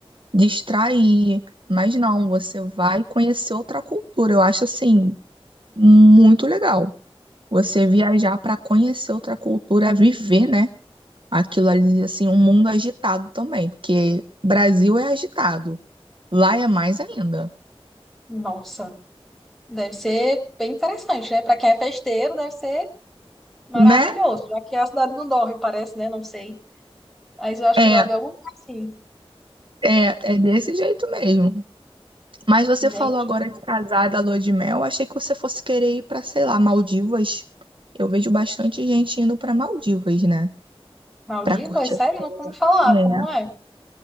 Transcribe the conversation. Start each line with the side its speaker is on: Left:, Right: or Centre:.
Right: distrair, mas não, você vai conhecer outra cultura. Eu acho assim, muito legal. Você viajar pra conhecer outra cultura, viver, né? Aquilo ali, assim, um mundo agitado também, porque Brasil é agitado, lá é mais ainda,
Centre: Nossa, deve ser bem interessante, né? Para quem é festeiro, deve ser maravilhoso.
Right: né?
Centre: Aqui a cidade não dorme, parece, né? Não sei. Mas eu acho
Right: É,
Centre: que já ouvi algum lugar assim.
Right: é, é desse jeito mesmo. Mas você
Centre: Gente,
Right: falou agora de casar da lua de mel. Achei que você fosse querer ir pra, sei lá, Maldivas. Eu vejo bastante gente indo pra Maldivas, né?
Centre: Maldivas,
Right: Pra curtir.
Centre: sério? Não vou me falar,
Right: É.
Centre: como é?